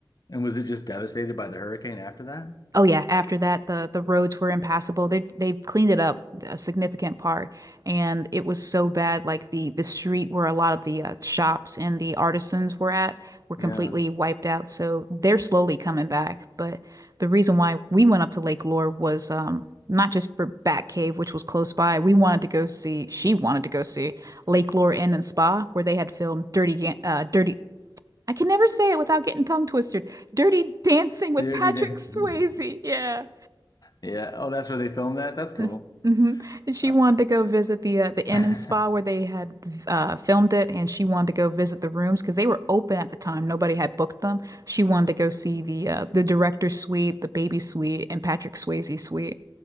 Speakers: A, on the left; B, on the right.
A: and was it just devastated by the hurricane after that?
B: Oh yeah, after that the the roads were impassable. They they cleaned it up a significant part and it was so bad like the the street where a lot of the uh, shops and the artisans were at were
A: Yeah,
B: completely wiped out. So they're slowly coming back, but the reason why we went up to Lake Lore was um not just for Batcave, which was close by. We wanted to go see she wanted to go see Lake Lore Inn and Spa where they had filmed Dirty Yan- uh Dirty I can never say it without getting tongue twisted. Dirty Dancing with
A: Dirty
B: Patrick
A: Dancing.
B: Swayze.
A: <laughs>
B: Yeah.
A: Yeah. Oh, that's where they filmed that. That's cool.
B: <laughs> hmm And she
A: Uh,
B: wanted to go visit the uh, the inn
A: <laughs>
B: and spa where they had uh, filmed it, and she wanted to go visit the rooms because they were open at the time. Nobody had booked them. She wanted to go see the uh, the director's suite, the baby suite, and Patrick Swayze suite.